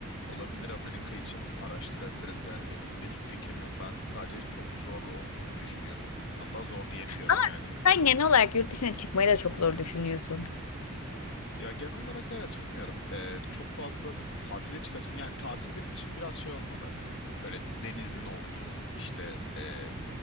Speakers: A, on the left; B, on the left.
A: Olabilir Amerika için araştırabiliriz. Yani benim bir fikrim yok. Ben sadece çok zor olduğunu düşünüyordum. Hatta zor diyebiliyorum
B: Ama
A: yani.
B: sen genel olarak yurt dışına çıkmayı da çok zor düşünüyorsun.
A: Ya genel olarak evet bilmiyorum. Ee, çok fazla tatile çıkasım. Yani tatil benim için biraz şey olmalı. Böyle denizin olduğu işte ee,